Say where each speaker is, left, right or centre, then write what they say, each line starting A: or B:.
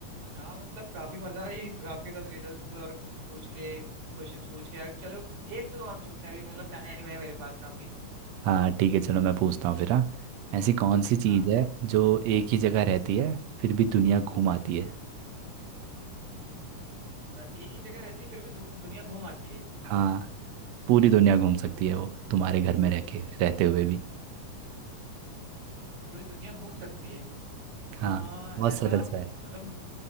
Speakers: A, on the right; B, on the right.
A: हाँ मतलब काफी मजा आई आपके साथ रिडल्स और पूछ के क्वेश्चंस पूछ के चलो एक दो और पूछते हैं अभी मतलब टाइम है मेरे पास काफी
B: हाँ ठीक है चलो मैं पूछता हूँ फिर हाँ ऐसी कौन सी चीज़
A: हाँ
B: है जो एक ही जगह रहती है फिर भी दुनिया घूम आती है
A: अ, एक ही जगह रहती फिर भी दु, दुनिया घूम आती है
B: हाँ पूरी दुनिया घूम सकती है वो तुम्हारे घर में रह के रहते हुए भी
A: पूरी दुनिया घूम सकती है
B: हाँ
A: हाँ
B: बहुत
A: ऐसा
B: सरल सा है
A: मतलब